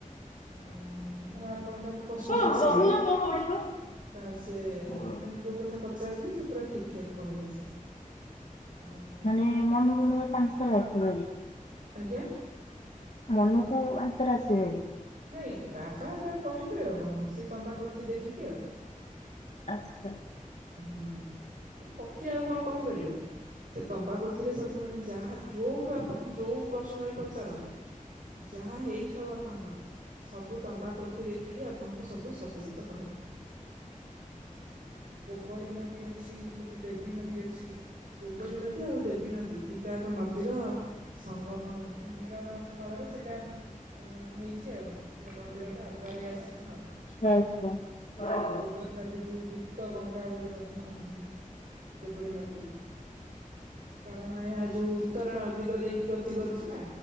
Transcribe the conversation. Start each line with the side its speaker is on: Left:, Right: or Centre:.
Right: ଆଉ ଧର ଆପଣ ତାକୁ ପ୍ରଶ୍ ଶ୍ନ
Left: କଣ
Right: ପଚାରିବେ
Left: କହୁନ କଣ ପଢିବ
Right: ତା ସିଏ
Left: ମୋର
Right: ମାନେ ଯୋଉ କଥା ପଚାରିଥିବି ସେ ପୁରା ଠିକ ଠାକ କହିବ ସବୁ। ଆଉ
Left: ମାନେ ମନକୁ ମନ ତା ଆନ୍ସର ଆସେ ଭାରି?
Right: ଆଜ୍ଞା।
Left: ମନକୁ ଆନ୍ସର୍ ଆସେ ଭାରି?
Right: ନାଇଁ ବାବା ତାଙ୍କୁ କହିବେ ଆଉ କଣ ସେ ତମ୍ବା ପୋଥି ଦେଖିକି ଆଉ।
Left: ଆଚ୍ଛା।
Right: ହୁଁ, ମାନେ ପୋଥି ଆଉ କଣ କହିପାରିବ କି? ସେ ତମ୍ବା ପୋଥିରେ ସବୁ ମାନେ ଯାହା ଯୋଉଠୁ ଆପଣ ଯୋଉ ପ୍ରଶ୍ନ ବି ପଚାରନ୍ତୁ ଯାହା ହେଇଥାଉ ଆପଣଙ୍କର ସବୁ ତମ୍ବା ପୋଥି ଦେଖିକି ଆପଣଙ୍କୁ ସବୁ ସତ ସତ କହିବ। ଗୋବରୀ ନଦୀ ଅଛି ସେଠି ଦେବୀ ନଦୀ ଅଛି। ଗୋବରୀ ନଦୀ ଆଉ ଦେବୀ ନଦୀ ଦିଟା ଯାକ ନଦୀର ସଙ୍ଗମ ମାନେ ମିଳନ ସ୍ଥଳରେ ସେଇଟା ଅ ହେଇଛି ଆଉ ସେ ମନ୍ଦିର ଟା ଆଉ ଗାରେଇ ଆଶ୍ରମ ଆଉ
Left: ଆଛା ଆଛା। <unintelligible>
Right: ପରି ନଦୀକୁ ଗୁପ୍ତ ଗଙ୍ଗା ବୋଲି ମଧ୍ୟ କହନ୍ତି। ଗୋବରୀନଦୀରେ। କାରଣ ଏହା ଯୋଉ ଉତ୍ତର ଦିଗ ଦେଇକି ଗତି କରୁଛି ନା